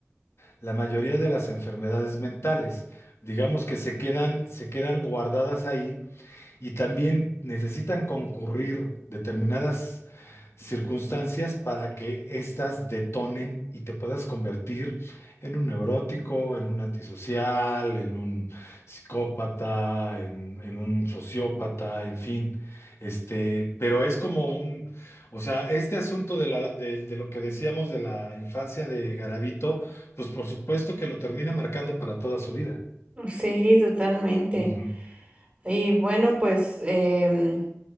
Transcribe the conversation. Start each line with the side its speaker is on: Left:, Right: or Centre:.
Left: la mayoría de las enfermedades mentales. Digamos que se quedan, se quedan guardadas ahí Y también necesitan concurrir determinadas circunstancias para que éstas detonen y te puedas convertir en un neurótico, en un antisocial, en un psicópata, en, en un sociópata, en fin. Este, pero es como un, o sea, este asunto de la, de, de lo que decíamos de la infancia de Garavito, pues por supuesto que lo termina marcando para toda su vida.
Right: Ujú. Sí, totalmente.
Left: Ujú.
Right: Y bueno, pues em,